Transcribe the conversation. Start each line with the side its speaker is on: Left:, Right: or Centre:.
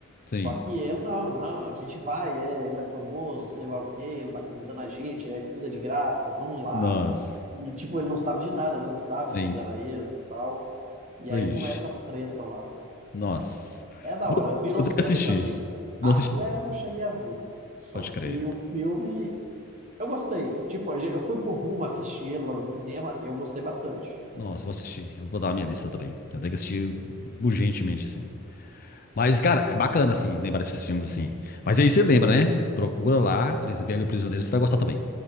Left: sim.
Right: Só que ele, não, não, a gente vai, é, ele é famoso, sei lá o quê, ele tá convidando a gente, é comida de graça, vamos lá.
Left: Nossa.
Right: E, tipo, ele não sabe de nada, né? Não sabe
Left: Sim.
Right: que eles eram ex e tal. E
Left: Vixe.
Right: aí começa as tretas lá.
Left: Nossa.
Right: É da
Left: Vou,
Right: hora, virou
Left: eu tenho
Right: série
Left: que assistir.
Right: também.
Left: Não
Right: A
Left: assisti,
Right: série
Left: não.
Right: eu não cheguei a ver. Só
Left: Pode
Right: que
Left: crer.
Right: o filme, eu gostei. Tipo, a gen- eu fui por rumo assistir ele lá no cinema e eu gostei bastante.
Left: Nossa, vou assistir. Eu vou botar na minha lista também. Eu tenho que assistir urgentemente, assim. Mas, cara, é bacana, assim, lembrar desses filmes, assim. Mas aí você lembra, né? Procura lá, Lisbela e o Prisioneiro, você vai gostar também.